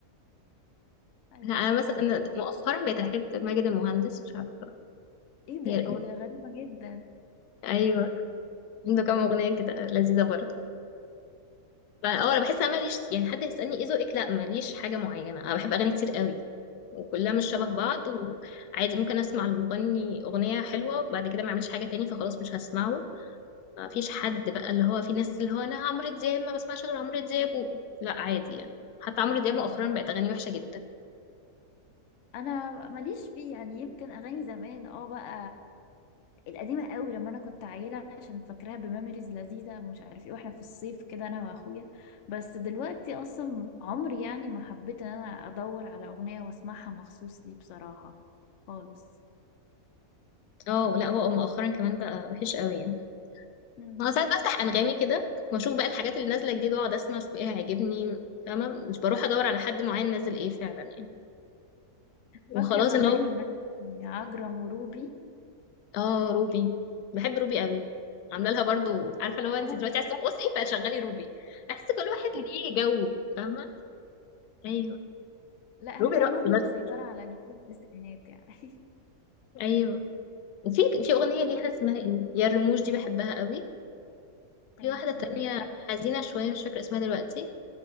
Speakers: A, on the left; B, on the left.
A: ايوه
B: لا، انا مثلا مؤخرا بقيت احب ماجد المهندس مش عارفة
A: ايه ده
B: هي الأغنية.
A: ايه ده غريبه جدا
B: ايوه عنده كام اغنية كده لذيذة برضه فاه انا بحس انا ماليش يعني حد يسألني ايه ذوقك لا ماليش حاجة معينة انا بحب اغاني كتير قوي وكلها مش شبه
A: اه
B: بعض وعادي ممكن اسمع المغني اغنية حلوة بعد كده ما اعملش حاجة تاني فخلاص مش هسمعه ما فيش حد بقى اللي هو في ناس اللي هو انا عمرو دياب ما بسمعش غير عمرو دياب و... لا عادي يعني حتى عمرو دياب مؤخرا بقت اغانيه وحشه جدا
A: انا ماليش فيه يعني يمكن اغاني زمان اه بقى القديمه قوي لما انا كنت عيله عشان فاكراها بميموريز لذيذه ومش عارف ايه واحنا في الصيف كده انا واخويا بس دلوقتي اصلا عمري يعني ما حبيت ان انا ادور على اغنيه واسمعها مخصوص لي بصراحه خالص
B: اه لا هو مؤخرا كمان بقى وحش قوي يعني
A: مم.
B: انا ساعات بفتح انغامي كده واشوف بقى الحاجات اللي نازله جديد واقعد اسمع اشوف ايه هيعجبني فاهمه مش بروح ادور على حد معين نازل ايه فعلا يعني وخلاص
A: فاكره زمان
B: ان هو
A: عجرم وروبي
B: <laughs> اه روبي بحب روبي قوي عامله لها برضو عارفه لو انت
A: انا
B: دلوقتي
A: كمان
B: عايزه ترقصي فشغلي روبي احس كل واحد ليه جو فاهمه ايوه
A: لا هي
B: روبي رقص
A: روبي
B: بس
A: مسيطره على جيل التسعينات يعني <laughs>
B: ايوه في في أغنية ليها اسمها ايه يا الرموش دي بحبها قوي في
A: ايوه
B: واحدة تانية
A: انا كمان
B: حزينة شوية مش فاكرة اسمها دلوقتي